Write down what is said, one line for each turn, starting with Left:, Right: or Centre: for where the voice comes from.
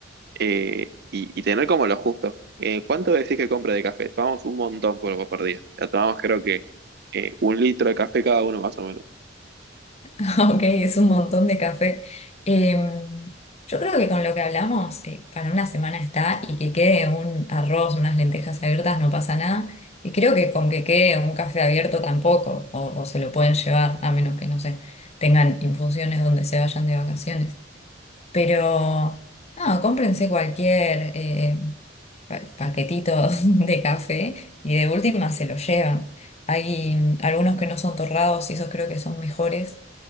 Right: eh, y, y tener como lo justo. Eh, ¿cuánto decís que compra de café? Tomamos un montón por, por día. O sea, tomamos creo que eh, un litro de café cada uno más o menos.
Left: <laughs> Ok, es un montón de café. Em, yo creo que con lo que hablamos, eh, para una semana está y que quede un arroz, unas lentejas abiertas, no pasa nada. Y creo que con que quede un café abierto tampoco, o, o se lo pueden llevar, a menos que, no sé, tengan infusiones donde se vayan de vacaciones. Pero, no, cómprense cualquier eh, pa- paquetito <laughs> de café y de última se lo llevan. Hay mm, algunos que no son torrados y esos creo que son mejores.